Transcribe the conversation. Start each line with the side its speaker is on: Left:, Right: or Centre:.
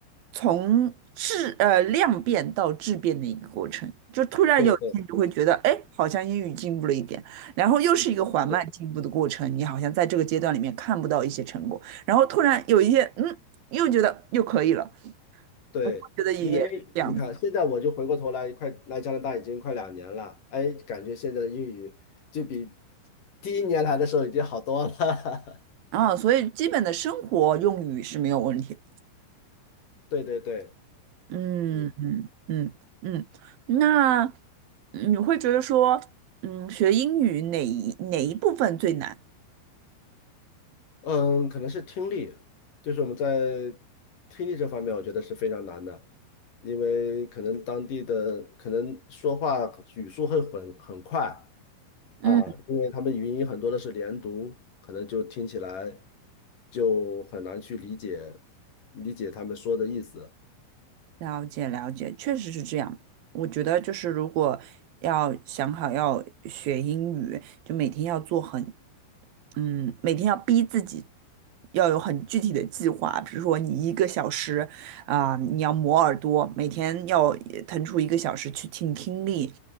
Right: 从质呃量变到质变的一个过程，就突然有一天你就会觉得，
Left: 对对
Right: 哎，好像英语进步了一点，然后又是一个缓慢进步的过程，
Left: 是，
Right: 你好像在这个阶段里面看不到一些成果，然后突然有一天，嗯，又觉得又可以了。
Left: 对，
Right: 我会觉得语言是这样子
Left: 因为你看现在我就回过头来，快来加拿大已经快两年了，哎，感觉现在的英语就比第一年来的时候已经好多了。
Right: 啊，所以基本的生活用语是没有问题的
Left: <laughs> 对对对，
Right: 嗯嗯嗯嗯，
Left: 嗯
Right: 那嗯你会觉得说，嗯，学英语哪一哪一部分最难？
Left: 嗯，可能是听力，就是我们在听力这方面，我觉得是非常难的，因为可能当地的可能说话语速会很很快
Right: 嗯。
Left: 啊，因为他们语音很多的是连读，可能就听起来就很难去理解理解他们说的意思。
Right: 了解了解，确实是这样。我觉得就是如果要想好要学英语，就每天要做很，嗯，每天要逼自己要有很具体的计划。比如说你一个小时啊、你要磨耳朵，每天要呃腾出一个小时去听听力